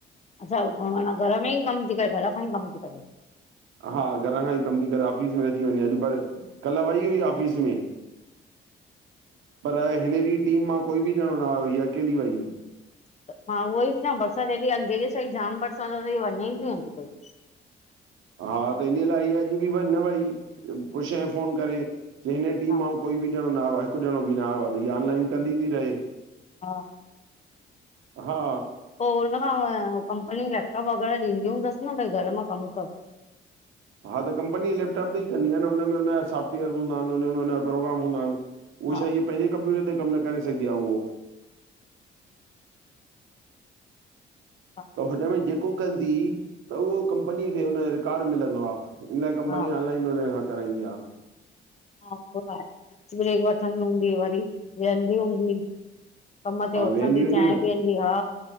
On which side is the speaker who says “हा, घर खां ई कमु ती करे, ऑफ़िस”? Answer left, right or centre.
Right